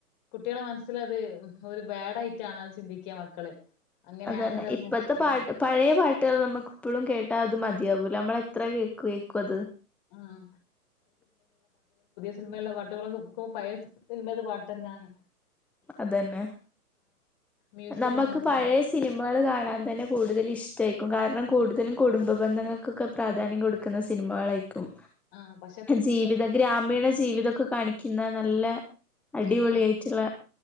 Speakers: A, on the left; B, in the centre.
A: കുട്ടികളെ മനസ്സൽ അത് ഒരു ബാഡായി റ്റായി അത് ചിന്തിക്കുക മക്കള് അങ്ങനെയാണ്
B: അതന്നെ
A: ന്ന്ള്ള
B: ഇപ്പഴത്തെ
A: ആഹ്
B: പാട്ട് പഴയ പാട്ട് ട്ട് നമുക്ക്പ്പോഴും കേട്ടാ അത് മതിയാവൂ നമ്മള എത്ര കേൾക്ക കേൾക്ക അത്
A: ആഹ് സിനിമയുള്ള പാട്ടുകളൊക്കെ ഇപ്പ പയ സിനിമയുടെ പാട്ട് തന്നെയാണ്
B: അതന്നെ
A: മ്യൂസിക്
B: നമുക്ക്
A: ആണെങ്കിലും
B: പഴയ സിനിമകൾ കാണാൻ തന്നെ കൂടുതൽ ഇഷ്ടായി ക്കും കാരണം കൂടുത തലും കുടുംബന്ധങ്ങൾക്കൊക്കെ
A: ആഹ്
B: പ്രാധാന്യം കൊടുക്കുന്ന സിനിമകളായിരിക്കും
A: ആഹ് പക്ഷെ അത്
B: ജീവിത ഗ്രാമീണ ജീവിതൊക്കെ കാണിക്കുന്ന നല്ല അടിപൊളി
A: ആഹ്
B: ആയിട്ട്ള്ള